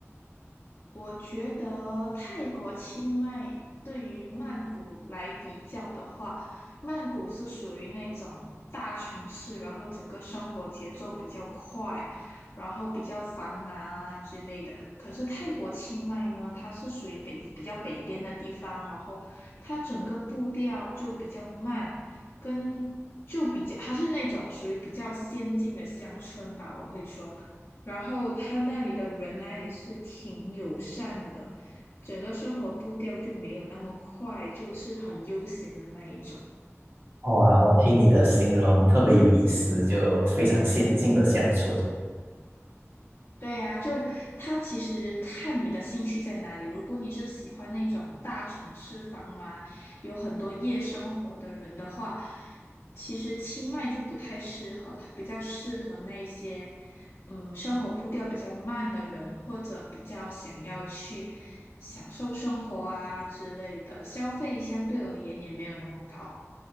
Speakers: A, on the left; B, on the right.
A: 我觉得泰国清迈对于曼谷来比较的话，曼谷是属于那种大城市，然后整个生活节奏比较快，然后比较繁忙啊之类的。可是泰国清迈呢，它是属于北比较北边的地方，然后它整个步调就比较慢，跟就比较它是那种属于比较先进的乡村吧，我会说。然后他那里的人呢也是挺友善的，整个生活步调就没有那么快，就是很悠闲的那一种。
B: 哇，我听你的形容特别有意思，就非常先进的乡村。
A: 对呀，就他其实看你的兴趣在哪里。如果你是喜欢那种大城市繁忙、有很多夜生活的人的话，其实清迈就不太适合，它比较适合那些嗯生活步调比较慢的人，或者比较想要去享受生活啊之类的，消费相对而言也没有那么高。